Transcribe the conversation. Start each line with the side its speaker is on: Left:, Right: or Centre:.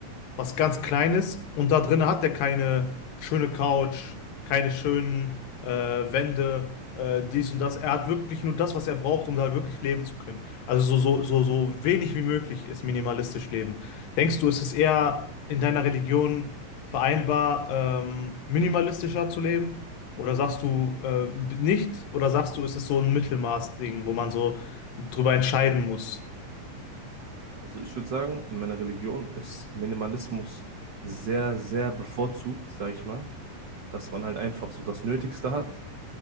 Left: was ganz Kleines und da drin hat er keine schöne Couch, keine schönen äh, Wände, äh, dies und das. Er hat wirklich nur das, was er braucht, um da wirklich leben zu können. Also so, so, so, so wenig wie möglich ist minimalistisch leben. Denkst du, ist es eher in deiner Religion vereinbar, ähm, minimalistischer zu leben? Oder sagst du äh, nicht? Oder sagst du, ist es so ein Mittelmaß-Ding, wo man so drüber entscheiden muss?
Right: Also ich würde sagen, in meiner Religion ist Minimalismus sehr, sehr bevorzugt, sage ich mal, dass man halt einfach so das Nötigste hat,